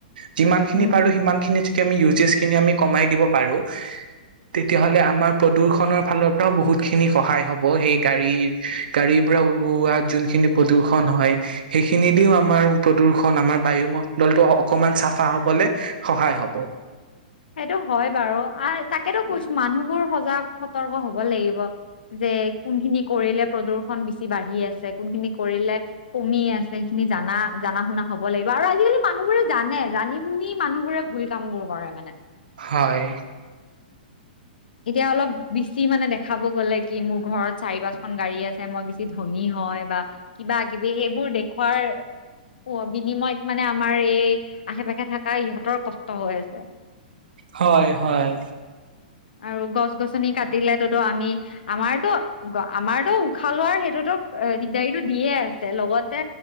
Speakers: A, on the right (about 75°); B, on the left (about 85°).
A: যিমান খিনি
B: উম,
A: পাৰো
B: হুম,
A: সিমান খিনি। আমি ইউজছ খিনি আমি কমাই দিব পাৰো। তেতিয়াহ'লে আমাৰ প্ৰদূৰ্ষনৰৰ ফালৰ পৰাও বহুত খিনি সহায় হব সেই গাড়ীৰ গাড়ীৰ পৰা ওলোৱা যোনখিনি প্ৰদূৰষণ হয় সেইখিনি দিও আমাৰ প্ৰদূষণ দূন আমাৰ বায়ুমণ্ডলটো অকমান চাফা হবলে সহায় হব।
B: <unintelligible> সেইটো হয় বাৰু আৰু তাকেতো কৈছো মানুহবোৰ সজাগ সতৰ্ক হব লাগিব যে কোনখিনি কৰিলে প্ৰদূ্ষন বেছি বাঢ়ি আছে কোনখিনি কৰিলে কমি আছে। খিনি জানা জনা শুনা হ'ব লাগিব আৰু আজিকালি মানুহবোৰে জানে জানি শুনি মানুহ বোৰে ভুল কাম বোৰ কৰে মানে।
A: হয়।
B: এতিয়া অলপ বেছি মানে দেখাব গ'লে কি মোৰ ঘৰত চাৰি পাঁচখন গাড়ী আছে মই বেছি ধনী হয় বা। কিবা কিবি সেইবোৰ দেখুৱাৰ। অ বিনিময়ত মানে আমাৰ এই আশে পাশে থকা ইহঁতৰ কষ্ট হৈ আছে।
A: হয় হয়।
B: আৰু গছ গছনি কাটি। লেততো আমি আমাৰতো আমাৰতো উশাহ লোৱাৰ সেইটোতো দিগদাৰীটো দিয়ে আছে। লগতে